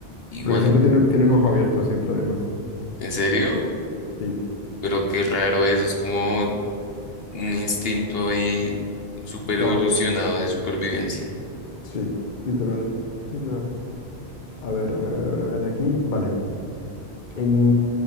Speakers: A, on the left; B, on the left.
A: Igual,
B: Porque siempre tiene, tiene un ojo abierto, siempre además.
A: ¿en serio?
B: Sí,
A: Pero qué raro eso, es como un instinto ahí super
B: claro,
A: evolucionado de supervivencia.
B: sí, literal, literal. A ver, a ver, a ver, a ver, a ver, aquí, vale. En...